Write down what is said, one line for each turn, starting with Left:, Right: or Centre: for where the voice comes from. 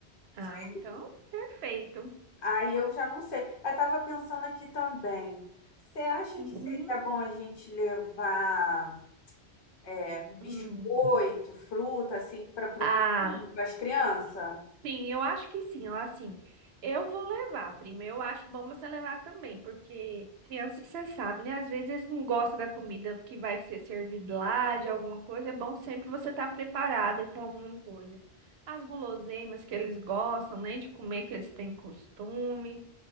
Right: Ah,
Left: sabe?
Right: então, perfeito.
Left: Aí eu já não sei. Eu estava pensando aqui também. Você acha
Right: Uhum.
Left: que seria bom a gente levar é, um biscoito,
Right: Hum.
Left: fruta, assim, para o
Right: Ah,
Left: caminho, para as crianças?
Right: Sim, eu acho que sim, ó, assim, eu vou levar, prima, eu acho bom você levar também, porque criança, você sabe, né, às vezes eles não gostam da comida que vai ser servida lá, de alguma coisa, é bom sempre você estar preparada com alguma coisa. As guloseimas que eles gostam, né, de comer, que eles têm costume.